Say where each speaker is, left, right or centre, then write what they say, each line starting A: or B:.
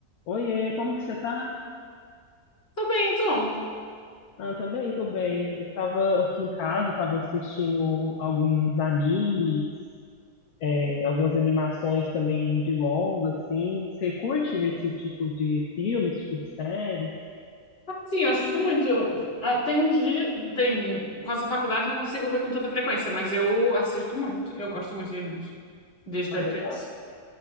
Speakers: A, on the left; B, on the left.
A: Oiê, como que você tá?
B: Tô bem, então.
A: Ah, também, tô bem. Eu tava aqui em casa, tava assistindo alguns animes, é, algumas animações também de longa, assim. Você curte esse tipo de filme, esse tipo de série?
B: Sim, eu assisto muito. Eu- ah, Tem uns dias, tem, com essa faculdade não consigo ver com tanta frequência, mas eu assisto muito. Eu gosto muito de animes, desde
A: Ah,
B: que eu era
A: legal.
B: criança.